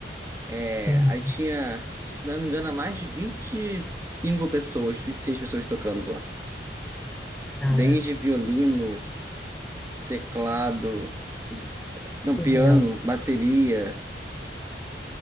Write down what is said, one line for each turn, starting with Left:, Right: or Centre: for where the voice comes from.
Right: É,
Centre: tem,
Right: aí tinha, se não me engano, mais de 25 pessoas, 26 pessoas tocando lá.
Centre: cara,
Right: Desde violino, teclado, não,
Centre: surreal.
Right: piano, bateria,